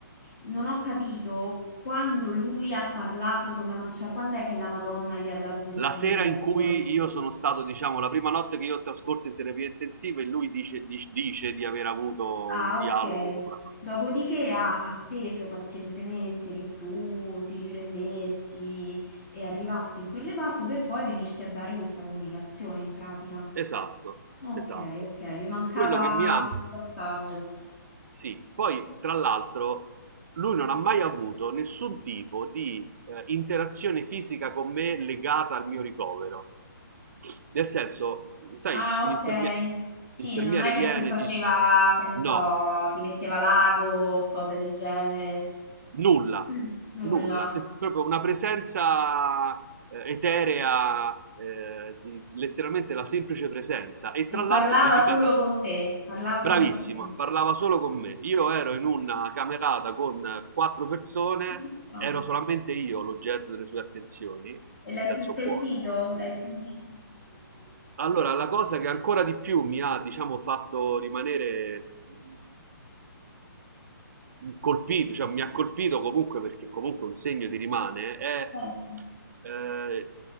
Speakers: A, on the left; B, on the right.
A: non ho capito quando lui ha parlato con la Madonna, cioè quando è che la Madonna gli ha dato questa
B: La
A: comunicazione?
B: sera in cui io sono stato, diciamo, la prima notte che io ho trascorso in terapia intensiva e lui dice, dic- dice di aver avuto
A: Ah,
B: un dialogo
A: ok.
B: con la
A: Dopodiché ha atteso pazientemente che tu ti riprendessi e arrivassi in quel reparto per poi venirti a dare questa comunicazione in pratica.
B: Esatto,
A: Ok,
B: esatto.
A: ok, mi mancava
B: Quello che mi ha...
A: questo passaggio.
B: Sì, poi tra l'altro lui non ha mai avuto nessun tipo di eh, interazione fisica con me legata al mio ricovero. Nel senso, sai,
A: Ah,
B: un
A: ok.
B: infermie-
A: Ti,
B: infermiere
A: non è che
B: viene,
A: ti faceva,
B: ti...
A: che ne
B: No,
A: so, ti metteva l'ago, cose del genere.
B: Nulla,
A: Mm, Nulla.
B: nulla, se- proprio una presenza eh, eterea, eh, di- letteralmente la semplice presenza, e tra
A: E
B: l'altro
A: parlava
B: dedicata,
A: solo con te, parlava
B: bravissima,
A: solo con te.
B: parlava solo con me. Io ero in una camerata con eh, quattro persone,
A: <laughs> No.
B: ero solamente io l'oggetto delle sue attenzioni,
A: E
B: in
A: l'hai
B: senso
A: più sentito?
B: buono.
A: L'hai più risentito poi?
B: Allora, la cosa che ancora di più mi ha, diciamo, fatto rimanere mh, colpito, cioè mi ha colpito comunque perché comunque un segno ti rimane, è,
A: Certo.
B: mh, eh,